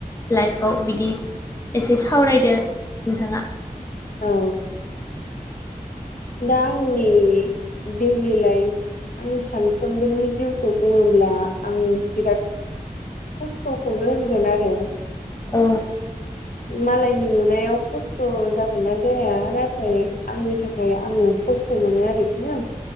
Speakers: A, on the left; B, on the left.
A: लाइफआव बिदि एसे सावरायदो नोंथाङा।
B: औ। दा आंनि डेलि लइफ आंनि सानफ्रोमबोनि जिउखौ बुङोब्ला आं बिराद खस्थ'खौनो होनगोन आरो
A: औ
B: मालाय नि नुनायाव खस्थ' जागोन ना जाया नाथाय आंनि थाखाय खाय आङो खस्थ' मोनो आरोखि ना